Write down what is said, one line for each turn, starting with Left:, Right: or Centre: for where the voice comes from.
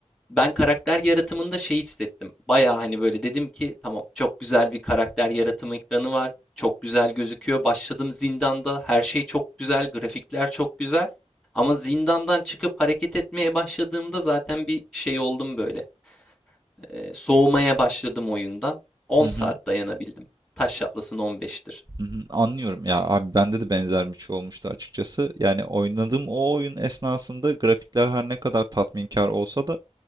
Centre: ben karakter yaratımında şey hissettim. Baya hani böyle dedim ki tamam çok güzel bir karakter yaratımı ekranı var. Çok güzel gözüküyor. Başladım zindanda. Her şey çok güzel. Grafikler çok güzel. Ama zindandan çıkıp hareket etmeye başladığımda zaten bir şey oldum böyle. Ee, soğumaya başladım oyundan. 10
Right: Hı hı,
Centre: saat dayanabildim. Taş Atlas'ın 15'tir.
Right: hı hı. Anlıyorum ya abi bende de benzer bir şey olmuştu açıkçası. Yani oynadığım o oyun esnasında grafikler her ne kadar tatminkar olsa da